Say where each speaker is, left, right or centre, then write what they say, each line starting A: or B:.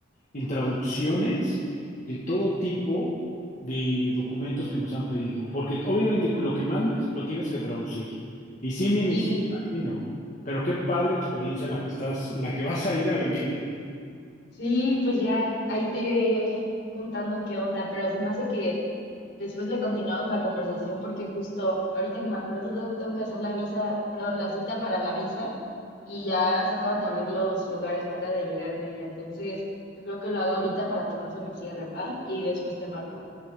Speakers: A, on the left (about 40°); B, on the left (about 60°).
A: en traducciones de todo tipo de documentos que nos han pedido, porque obviamente lo que mandes lo tienes que traducir. Y sí me,
B: Sí,
A: sí me imagino, pero qué padre experiencia la que estás, la que vas a ir a vivir, ¿eh?
B: Sí, pues ya ahí te iré contando qué onda, pero se me hace que después le continuamos la conversación porque justo ahorita que me acuerdo te- tengo que hacer la visa, perdón, la cita para la visa y ya se acaban de abrir los lugares, me acaba de llegar mail, entonces yo creo que lo hago ahorita para que no se me cierren, ¿va? Y después te marco.